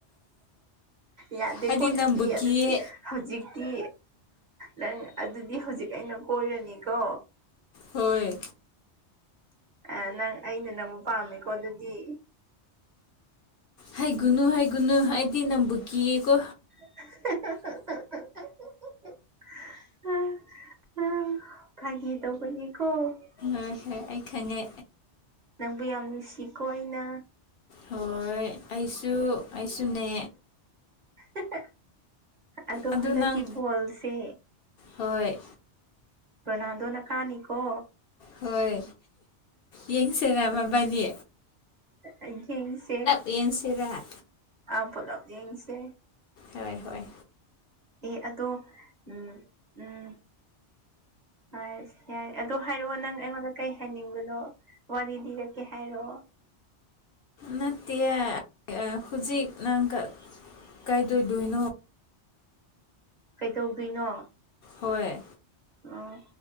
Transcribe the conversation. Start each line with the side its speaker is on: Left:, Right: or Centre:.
Right: ꯌꯥꯗꯦꯀꯣ
Left: ꯑꯩꯗꯤ
Right: ꯑꯗꯨꯗꯤ
Left: ꯅꯪꯕꯨ ꯀꯤꯌꯦ
Right: ꯑꯗꯨꯗꯤ ꯍꯧꯖꯤꯛꯇꯤ ꯅꯪ ꯑꯗꯨꯗꯤ ꯍꯧꯖꯤꯛ ꯑꯩꯅ ꯀꯣꯏꯔꯅꯤꯀꯣ
Left: ꯍꯣꯏ
Right: ꯑꯦ ꯅꯪ ꯑꯩꯅ ꯅꯪ ꯄꯥꯝꯃꯦꯀꯣ ꯑꯗꯨꯗꯤ
Left: ꯍꯥꯏꯒꯅꯨ ꯍꯥꯏꯒꯅꯨ ꯑꯩꯗꯤ ꯅꯝꯕꯨ ꯀꯤꯌꯦꯀꯣ
Right: ꯎꯝ__ <unintelligible> ꯎꯝ ꯎꯝ ꯐꯒꯤ ꯇꯧꯕꯅꯤꯀꯣ
Left: ꯍꯣꯏ ꯍꯣꯏ ꯑꯩ ꯈꯪꯉꯦ
Right: ꯅꯪꯕꯨ ꯌꯥꯝ ꯅꯨꯡꯁꯤꯀꯣ ꯑꯩꯅ
Left: ꯍꯣꯏ ꯑꯩꯁꯨ ꯑꯩꯁꯨꯅꯦ
Right: ꯍꯥꯍꯥ ꯑꯗꯣ
Left: ꯑꯗꯨ
Right: ꯍꯟꯗꯛꯀꯤ
Left: ꯅꯪ
Right: ꯕꯣꯜꯁꯦ
Left: ꯍꯣꯏ
Right: ꯔꯣꯅꯥꯟꯗꯣꯅ ꯀꯥꯅꯤ ꯀꯣ
Left: ꯍꯣꯏ ꯌꯦꯡꯁꯤꯔꯃꯕꯥꯏꯅꯤ
Right: ꯑ ꯌꯦꯡꯁꯦ
Left: ꯄꯦꯟꯁꯤꯔ
Right: ꯑꯥ ꯄꯨꯂꯞ ꯌꯦꯡꯁꯦ
Left: ꯍꯣꯏ ꯍꯣꯏ
Right: ꯑꯦ ꯑꯗꯣ ꯎꯝ ꯎꯝ ꯑ ꯌꯥꯏ ꯑꯗꯨ ꯍꯥꯏꯔꯛꯑꯣ ꯅꯪ ꯑꯩꯉꯣꯟꯗ ꯀꯩ ꯍꯥꯏꯅꯤꯡꯕꯅꯣ ꯋꯥꯔꯤ ꯂꯤꯔꯛꯀꯦ ꯍꯥꯏꯔꯛꯑꯣ
Left: ꯅꯠꯇꯤꯌꯦ ꯍꯧꯖꯤꯛ ꯅꯪꯒ ꯀꯩꯗꯣꯏꯗꯣꯏꯅꯣ
Right: ꯀꯩꯗꯧꯗꯣꯏꯅꯣ
Left: ꯍꯣꯏ
Right: ꯑꯣ